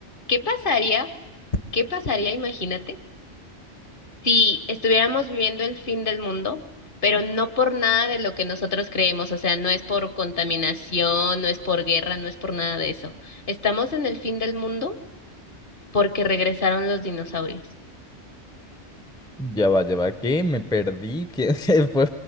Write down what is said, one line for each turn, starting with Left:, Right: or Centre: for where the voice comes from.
Left: ¿qué pasaría? ¿Qué pasaría? Imagínate si estuviéramos viviendo el fin del mundo, pero no por nada de lo que nosotros creemos, o sea, no es por contaminación, no es por guerra, no es por nada de eso. Estamos en el fin del mundo porque regresaron los dinosaurios.
Centre: Ya va, ya va, ¿qué? Me perdí, ¿qué? <laughs> ¿Qué fue?